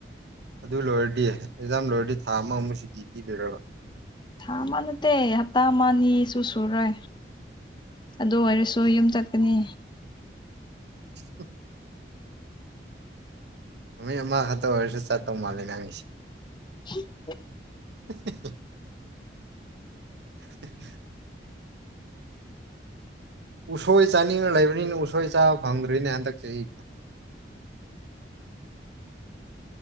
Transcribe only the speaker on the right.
ꯑꯗꯨ ꯂꯣꯏꯔꯗꯤ ꯑꯦꯛꯖꯥꯝ ꯂꯣꯏꯔꯗꯤ ꯊꯥ ꯑꯃꯃꯨꯛ ꯁꯨꯗꯤꯤ ꯄꯤꯕꯤꯔꯕ
ꯎ ꯑ ꯑꯃ ꯍꯥꯊ ꯑꯣꯏꯔꯁ ꯆꯠꯇꯣ ꯃꯥꯂꯤ ꯅꯉꯁꯤ
<inaudible> <inaudible> ꯎꯁꯣꯏ ꯆꯥꯅꯤꯡꯉ ꯂꯩꯕꯅꯤꯅ ꯎꯁꯣꯏ ꯆꯥꯕ ꯐꯪꯗꯣꯏꯅꯦ ꯍꯟꯗꯛꯁꯦ ꯑꯩ